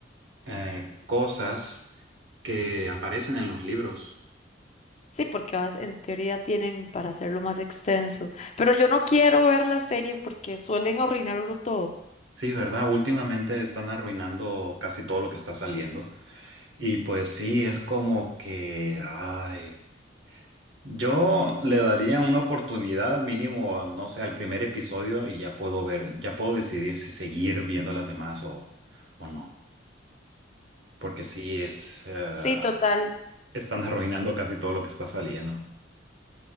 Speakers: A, on the right; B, on the left.
A: eh, cosas que aparecen en los libros.
B: Sí, porque vas- en teoría tienen para hacerlo más extenso. Pero yo no quiero ver la serie porque suelen arruinarlo todo.
A: Sí, ¿verdad? Últimamente están arruinando casi todo lo que está saliendo. Y pues sí, es como que, ay, yo le daría una oportunidad mínimo, no sé, al primer episodio y ya puedo ver, ya puedo decidir si seguir viendo las demás o, o no. Porque sí es, eh,
B: Sí, total.
A: están <laughs> arruinando casi todo lo que está saliendo.